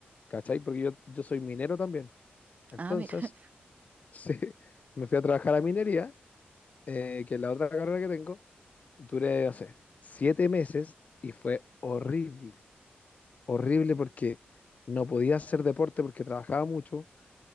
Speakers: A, on the left; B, on the right.
A: ¿cachai? Porque yo, yo soy minero también. Entonces,
B: Ah, mira. <laughs>
A: <laughs> Sí, me fui a trabajar a minería, eh, que es la otra carrera que tengo. Duré, no sé, siete meses y fue horrible. Horrible porque no podía hacer deporte porque trabajaba mucho